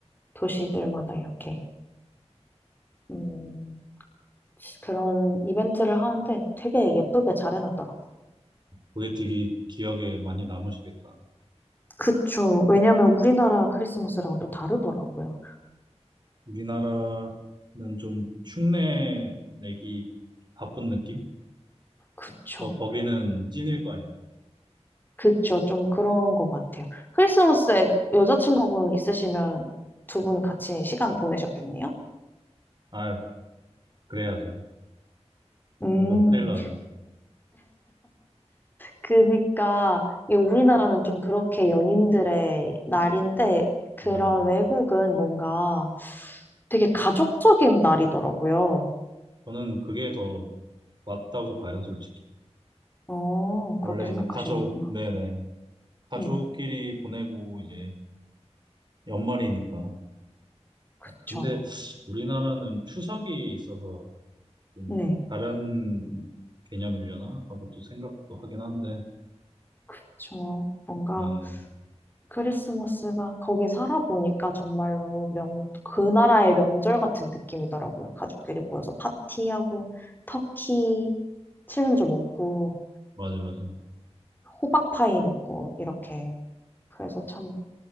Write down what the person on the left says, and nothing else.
도시들마다 이렇게, 음, 그런 이벤트를 하는데 되게 예쁘게 잘 해놨더라고요.
그쵸. 왜냐면 우리나라 크리스마스랑 또 다르더라고요.
그쵸.
그쵸. 좀 그런 것 같아요. 크리스마스에 여자친구분 있으시면 두 분 같이 시간 보내셨겠네요?
음.
그니까 이게 우리나라는 좀 그렇게 연인들의 날인데 그런
외국은 뭔가 되게 가족적인 날이더라고요.
어,
그렇게 생각하시는구나.
네,
그쵸.
네,
그쵸 뭔가
크리스마스가 거기 살아보니까 정말로 명, 그 나라의 명절 같은 느낌이더라고요. 가족끼리 모여서 파티하고 터키 칠면조 먹고
호박파이 먹고 이렇게. 그래서 참